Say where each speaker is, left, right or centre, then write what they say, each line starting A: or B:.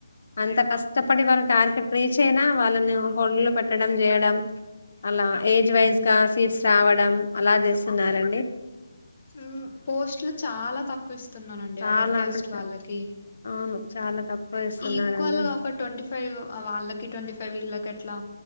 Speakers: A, on the left; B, on the left.
A: అంత కష్టపడి వాళ టార్గెట్ రీచ్ అయినా వాళ్ళని హోల్లో పెట్టడం చేయడం అలా ఏజ్ వైజ్
B: అవును
A: గా సీట్స్ రావడం అలా చేస్తున్నారండి డి
B: మ్మ్ పోస్ట్లు చాలా తక్కువ ఇస్తున్నారండి
A: చాలా
B: అదర్ క్యాస్ట్
A: అంటే చా-
B: వాళ్ళకి
A: అవును చాలా తక్కువ ఇస్తున్నారండి
B: ఈక్వల్ గా ఒక ట్వంటీ ఫైవ్ ఆ వాళ్ళకి ట్వంటీ ఫైవ్ వీళ్ళ కట్లా